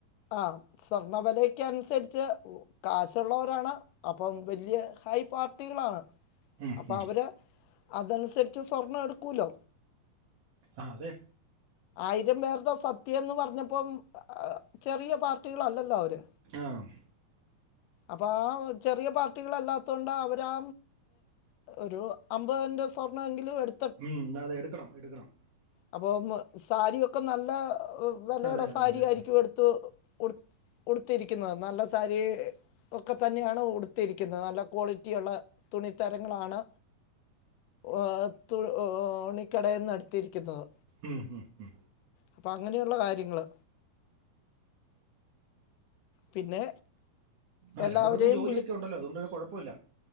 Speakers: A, on the left (about 75°); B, on the right (about 50°).
A: ആ സ്വർണ വെലേക്ക് അൻസര്ച്ച് കാശു ഉള്ളവരാണ് അപ്പം വെല്യേ ഹൈ പാർട്ടികളാണ്
B: ഉം,
A: അപ്പം
B: ഉം.
A: അവര് അതൻസര്ച്ച് സ്വർണം എടുക്കൂലോ
B: ആ അതെ
A: ആയിരം പേര്ടെ സദ്യേന്ന് പർഞ്ഞപ്പം ചെറിയ പാർട്ടികളല്ലല്ലോ അവര്
B: ആം
A: അപ്പ ആ ചെറിയ പാർട്ടികളല്ലാതൊണ്ടാ അവരാ ഒരു അമ്പത് പവന്റെ സ്വർണെമെങ്കിലും എട്
B: ഉം അതെ എട്ക്കണം എട്ക്കണം
A: അപ്പോം സാരിയൊക്ക നല്ല വെലേടെ
B: അതെ അതെ
A: സാരിയായിരിക്കും
B: അതെ
A: എട്ത്തു ഉട് ഉടുത്തിരിക്കിന്നത് നല്ല സാരി ഒക്ക തന്നെയാണ് ഉടുത്തിരിക്കിന്നത് നല്ല ക്വാളിറ്റിയിള്ള തുണിത്തരങ്ങളാണ് ഓ തു ണിക്കടെന്ന് എട്ത്തിരിക്കിന്നത്
B: ഉം ഉം ഉം
A: പ്പ അങ്ങനെയുള്ള കാര്യങ്ങള് പിന്നെ
B: ആഹ്‌
A: എല്ലാവരെയും
B: രണ്ട് പേർക്കും ജോലിയൊക്കെ ഉണ്ടല്ലോ അതുകൊണ്ട് പിന്നെ കൊഴപ്പുല്ല